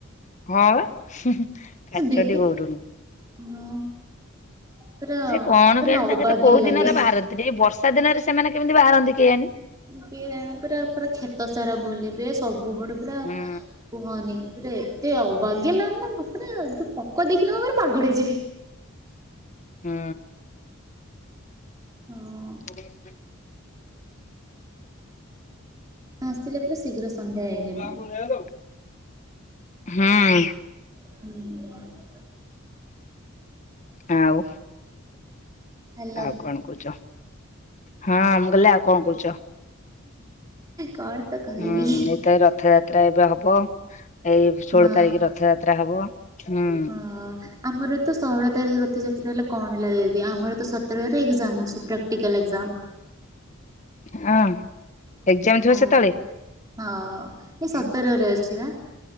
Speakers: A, on the left; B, on the right.
A: ହଁ ବା ହୁଁ -ହୁଁ କାଚଣ୍ଡି
B: ହଁ ଦେଖି
A: ଗଉଡ଼ୁଣୀ।
B: ହଁ ପୁରା
A: ସେ କଣ
B: ପୁରା
A: କେଜାଣି ତାଙ୍କ
B: ଅବାଗ୍ୟା
A: ତ କୋଉ
B: ଲାଗେ।
A: ଦିନରେ ବାହାରନ୍ତିନି। ଏ ବର୍ଷା ଦିନରେ ସେମାନେ କେମିତି ବାହାରନ୍ତି କେଜାଣି।
B: କିଏ ଜାଣ ପୁରା ପୁରା କ୍ଷେତ ସାରା ବୁଲିବେ ସବୁ ପଡ ପୁରା।
A: ହୁଁ
B: କୁହନି ପୁରା ଏତେ ଅବାଗିଆଲାଗୁଚିନା ସତରେ ଯୋଉ ପୋକ ଦେଖିଲେ ପୁରା ପାଗଳ ହେଇ ଯିବି।
A: ହୁଁ।
B: ହଁ।
A: ହ
B: ଆସିଲେ ପୁରା ଶୀଘ୍ର। ସନ୍ଧ୍ୟା ହେଇଯିବ
A: ହୁଁ।
B: <inaudible>
A: ଆଉ।
B: ହ୍ୟାଲୋ
A: ଆଉ କଣ କହୁଚ ହଁ ମୁଁ କହିଲି ଆଉ କଣ କହୁଚ?
B: କଣ। ତ କହିବି
A: ହୁଁ ଏଇଥ ଏ ରଥଯାତ୍ରା ଏବେ ହବ ଏଇ ଷୋଳ
B: ମା
A: ତାରିକି ରଥଯାତ୍ରା ହବ। ହୁଁ।
B: ହଁ ଆମର ତ ଷୋହଳ ତାରିଖ ରଥଯାତ୍ରା ହେଲା କଣ ହେଲା ଯେଦି ଆମର ତ ସତରରେ ଏକେଜାମ୍ ଅଛି ପ୍ରାକ୍ଟିକାଲ ଏକେଜାମ୍।
A: ହଁ। ଏକ୍ଜାମ ଥିବ
B: ହଁ
A: ସେତେବେଳେ?
B: ହଁ ଏଇ
A: ହୁଁ
B: ସତରରେ ଅଛି ପା।